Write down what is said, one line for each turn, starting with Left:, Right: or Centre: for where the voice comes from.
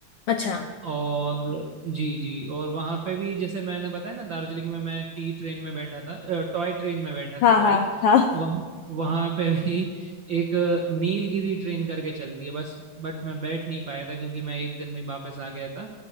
Left: अच्छा
Right: और जी जी और वहाँ पे भी जैसे मैंने बताया ना दार्जिलिंग में मैं टी ट्रेन में बैठा था टॉय ट्रेन में बैठा
Left: हाँ
Right: था सॉरी
Left: हाँ हाँ
Right: वहाँ वहाँ पे भी एक अ, नीलगिरी ट्रेन करके चलती है बस बट मैं बैठ नहीं पाया था क्योंकि मैं एक दिन में वापस आ गया था